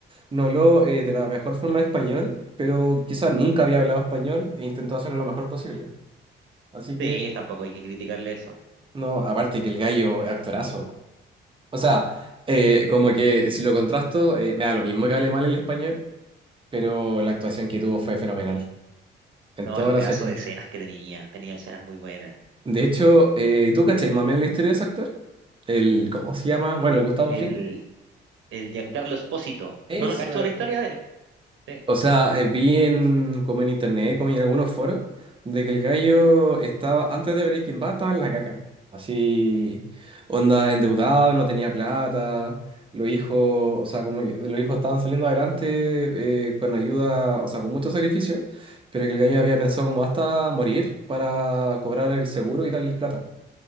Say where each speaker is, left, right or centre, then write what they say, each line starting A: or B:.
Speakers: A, on the right (about 25°); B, on the right (about 75°).
A: no habló eh, de la mejor forma en español, pero quizá nunca había hablado español e intentó hacerlo lo mejor posible. Así que,
B: Sí, tampoco hay que criticarle eso.
A: no, aparte que el gallo, actorazo. O sea, eh,
B: sí.
A: como que si lo contrasto, eh, me da lo mismo que hable mal el español, pero la actuación que tuvo fue fenomenal en
B: No,
A: toda
B: el pedazo
A: la serie.
B: de escenas que tenía, tenía escenas muy buenas.
A: De hecho, eh, ¿tú cachai más o menos la historia de ese actor? El, ¿cómo se llama? Bueno, el Gustavo
B: El,
A: Fring.
B: el Giancarlo Espósito,
A: Eso.
B: no lo cachó
A: es.
B: la historia de él. Sí.
A: O sea, eh, vi en, como en internet, como en algunos foros, de que el gallo estaba, antes de Breaking Bad, estaba en la caca. Así, onda, endeudado, no tenía plata, los hijos, o sea, como que los hijos estaban saliendo adelante eh, con ayuda, o sea, con mucho sacrificio, pero que el gallo había pensado como hasta morir para cobrar el seguro y darles plata.